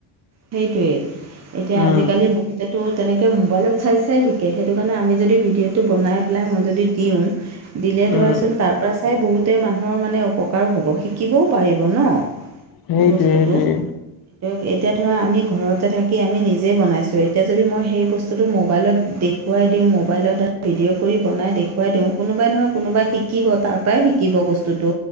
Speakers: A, on the right; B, on the left.
A: সেইটোৱেই এতিয়া
B: উম,
A: আজিকালি বহুত তে তোৰ তেনেকে মোবাইলত চাই চাই শিকে সেইটো কাৰণে আমি যদি ভিডিঅ'টো বনাই পেলাই মই যদি দিওঁ ই ই আহ্। দিলে
B: উম।
A: ধৰাচোন তাৰপৰা খাই বহুতে মানুহৰ মানে উপকাৰো হ'ব শিকিবও পাৰিব ন
B: সেইটোৱে
A: সেই বস্তুটো।
B: সেইটোৱে।
A: তেনেকে। এতিয়া ধৰা আমি ঘৰতে থাকি আমি নিজেই বনাইছোঁ এতিয়া যদি মই সেই বস্তুটো ম'বাইলত দেখ দেখুৱাই দিওঁ মোবাইলৰ দ্বাৰা ভিডিঅ' কৰি বনাই দেখুৱাই দিওঁ কোনোবাই নহয় কোনোবাই শিকিব তাৰপৰাই শিকিব বস্তুটো। বস্তটো